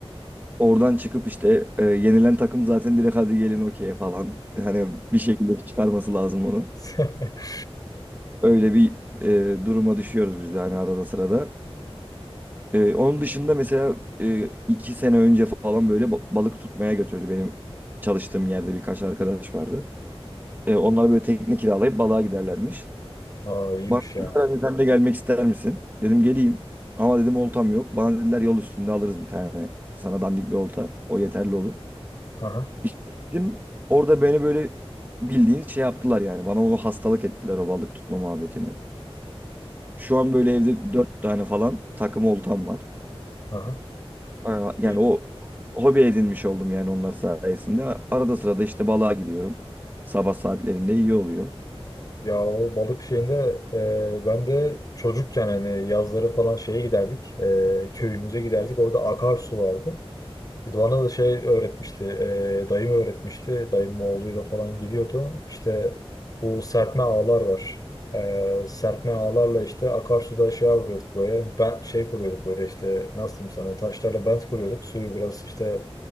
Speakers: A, on the right; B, on the left.
A: Oradan çıkıp işte e, yenilen takım zaten direkt hadi gelin okey falan. Hani bir şekilde çıkarması lazım onu.
B: <laughs>
A: Öyle bir e, duruma düşüyoruz biz de hani arada sırada. E, onun dışında mesela e, iki sene önce falan böyle ba- balık tutmaya götürdü. Benim çalıştığım yerde birkaç arkadaş vardı. E, onlar böyle tekne kiralayıp balığa giderlermiş.
B: Aa iyiymiş
A: Bana
B: ya.
A: dediler, "Hani sen de gelmek ister misin? Dedim geleyim. Ama dedim oltam yok. Bana dediler yol üstünde alırız bir tane. Sana dandik bir olta. O yeterli olur.
B: Aha.
A: İşte gittim. Orada beni böyle bildiğin şey yaptılar yani. Bana onu hastalık ettiler o balık tutma muhabbetini. Şu an böyle
B: İyi.
A: evde dört tane falan takım oltam var.
B: Aha.
A: Aa, Yani
B: İyi.
A: o hobi edinmiş oldum yani onlar sayesinde. Arada sırada işte balığa gidiyorum. Sabah saatlerinde iyi oluyor.
B: Ya o balık şeyinde e, ben de çocukken hani yazları falan şeye giderdik. e, köyümüze giderdik. Orada akarsu vardı. Bir de bana da şey öğretmişti. e, dayım öğretmişti. Dayımın oğluyla falan gidiyordu. İşte bu serpme ağlar var. E, serpme ağlarla işte akarsuda şey yapıyorduk böyle. Ben şey kuruyorduk böyle işte nasıl diyeyim sana taşlarla bent kuruyorduk. Suyu biraz işte